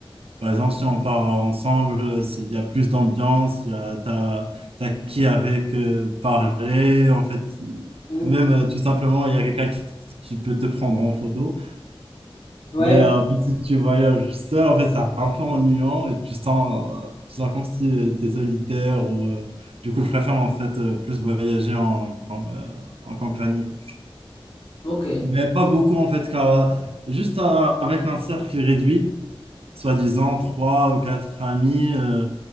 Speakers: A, on the right; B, on the left.
A: Par exemple, si on part ensemble, euh, c'est- il y a plus d'ambiance, il y a, t'as, t'as qui avec euh, parler. En fait,
B: Hmm.
A: même euh, tout simplement, il y a quelqu'un qui, qui peut te prendre en photo.
B: Ouais,
A: Mais euh, si tu voyages seul, en fait, c'est un peu ennuyant et tu sens, euh, tu sens comme si tu es solitaire. Ou, euh, du coup, je préfère en fait euh, plus voyager en, en, euh, en compagnie.
B: ok.
A: Mais pas beaucoup en fait, car euh, juste à- avec un cercle réduit, soi-disant trois ou quatre amis, euh,